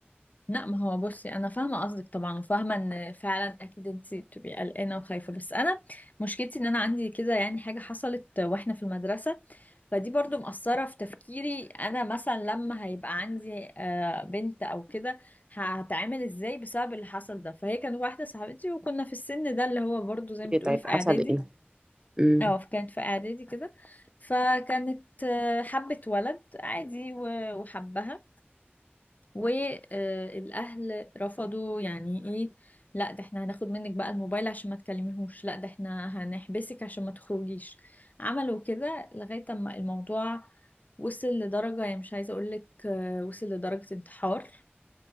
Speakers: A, on the left; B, on the right.
A: لا ما هو بصي انا فاهمه قصدك طبعا وفاهمه ان فعلا اكيد انت بتبقي قلقانه وخايفه بس انا مشكلتي ان انا عندي كده يعني حاجه حصلت واحنا في المدرسه فدي برضو مأثره في تفكيري انا مثلا لما هيبقى عندي آه، بنت او كده هتعامل ازاي بسبب اللي حصل ده فهي كانت واحده صاحبتي وكنا في السن ده اللي هو برضو زي ما بتقولي
B: طيب
A: في
B: حصل
A: اعدادي
B: ايه امم
A: اه كانت في اعدادي كده فكانت آه، حبت ولد عادي و- وحبها والاهل رفضوا يعني ايه لا ده احنا هناخد منك بقى الموبايل عشان ما تكلميهوش لا ده احنا هنحبسك عشان ما تخرجيش عملوا كده لغاية اما الموضوع وصل لدرجة يعني مش عايزة اقولك آه، وصل لدرجة انتحار